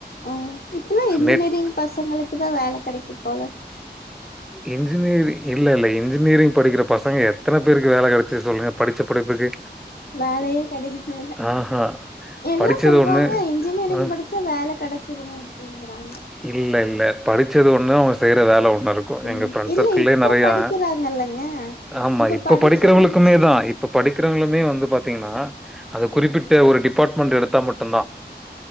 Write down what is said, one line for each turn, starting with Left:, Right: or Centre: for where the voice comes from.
Left: அ இப்பல்லா இன்ஜினியரிங்
Centre: நெட்
Left: பசங்களுக்குதா வேல கெடைக்குபோல
Centre: இன்ஜினியரிங் இல்ல இல்ல இன்ஜினியரிங் படிக்கிற பசங்க எத்தனை பேருக்கு வேலை கெடைச்சிது சொல்லுங்க படிச்ச படிப்புக்கு
Left: வேலையே கெடைக்கல
Centre: ஆஹா
Left: எல்லாம்
Centre: படிச்சது
Left: சொல்றாங்க
Centre: ஒண்ணு
Left: இன்ஜினியரிங்
Centre: ஆ
Left: படிச்சா வேலை கிடைச்சிரு அப்படிங்கறாங்க
Centre: இல்ல இல்ல படிச்சது ஒன்னு அவங்க செய்யற வேலை ஒன்னாருக்கும்
Left: ம்
Centre: எங்க பிரண்ட்ஸ்
Left: இல்ல
Centre: சர்க்கிள்ளயே
Left: இப்ப
Centre: நிறையா
Left: படிக்கிறாங்கல்லங்க
Centre: ஆமா இப்ப
Left: படிச்சு
Centre: படிக்கிறவங்களுக்குமே
Left: முடிச்சுட்டு
Centre: தான் இப் இப்ப படிக்கிறவங்களுமே வந்து பாத்தீங்கன்னா அந்த குறிப்பிட்ட ஒரு டிப்பார்ட்மெண்ட் எடுத்தா மட்டும்தான்